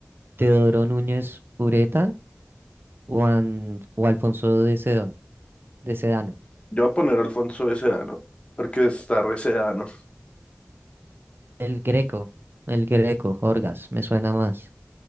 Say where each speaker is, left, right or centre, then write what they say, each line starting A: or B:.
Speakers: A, on the right (about 60°); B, on the left (about 25°).
A: Teodoro Núñez Ureta o, An- o Alfonso de Sedón, de Sedano.
B: Yo voy a poner Alfonso de Sedano, porque está re Sedano.
A: El Greco, el Greco, Orgas, me suena más.